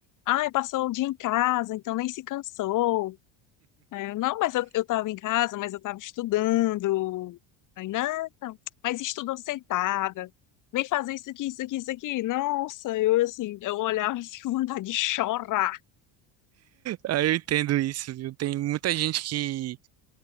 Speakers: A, on the left; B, on the right.
A: ai, passou o dia em casa, então nem se cansou. É, não, mas eu, eu tava em casa, mas eu tava estudando. Aí, não, não, mas estudou sentada. Vem fazer isso aqui, isso aqui, isso aqui. Nossa, eu assim, eu olhava assim <laughs> com vontade de chorar.
B: Ah, <laughs> Eu entendo isso, viu? Tem muita gente que